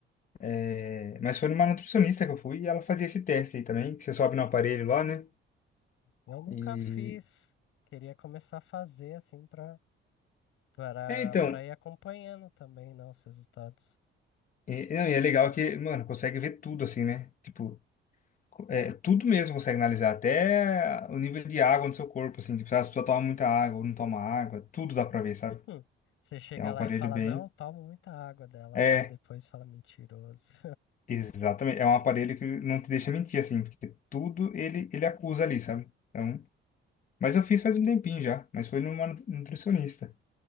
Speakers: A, on the left; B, on the left.
A: É, mas foi numa nutricionista que eu fui e ela fazia esse teste aí também, que você sobe no aparelho lá, né?
B: Eu nunca
A: E.
B: fiz. Queria começar a fazer assim para para
A: É, então.
B: para ir acompanhando também, né, os resultados.
A: E, não, e é legal que, mano, consegue ver tudo assim, né? Tipo, é, tudo mesmo consegue analisar, até o nível de água no seu corpo, assim. Tipo, se a pessoa toma muita água ou não toma água, tudo dá pra ver, sabe?
B: Hum, Você chega
A: É um aparelho
B: lá e fala,
A: bem.
B: não, eu tomo muita água dela,
A: É,
B: vê depois e fala mentiroso.
A: exatamente. É um aparelho que não te deixa mentir, assim, porque tudo ele, ele acusa ali, sabe? Então. Mas eu fiz faz um tempinho já, mas foi numa nutricionista.